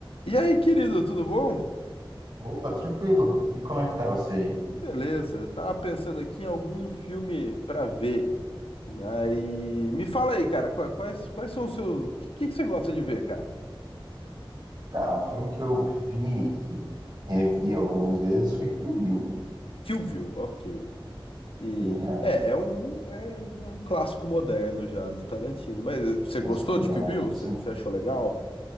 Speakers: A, on the left; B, on the right.
A: E aí, querido, tudo bom?
B: Opa, tranquilo. E como é que tá você aí?
A: Beleza, eu tava pensando aqui em algum filme pra ver. Aí, me fala aí, cara, qua- quais, quais são os seus. O que, que que você gosta de ver, cara?
B: Cara, um filme que eu vi e revi algumas vezes foi Kill Bill,
A: Kill Bill, ok. E
B: viu? É,
A: é, é um, é, é um clássico moderno já do Tarantino. Mas eh, você
B: basicamente,
A: gostou de
B: é,
A: Kill Bill?
B: sim,
A: Você, você achou legal?